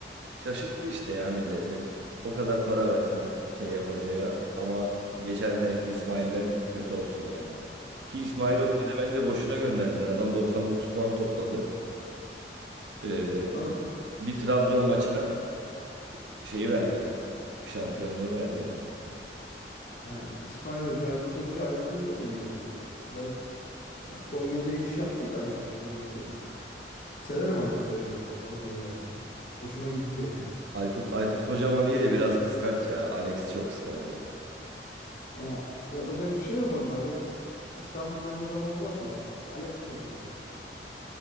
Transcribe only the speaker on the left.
Allah.
Or
yani İsmail Hoca, Aykut Hoca, Aykut Hoca da iyi hoca. Biraz Ya, Konya'da iş yaptıydı Aykut Hoca mesela. <laughs> Severim Aykut Hoca'yı, hocayı ben ya. Hoşuma gidiyor. <laughs>
Ya yapacak bir şey yok onda. Alex kıskanmayan adam olmaz ya. Alex sonuçta.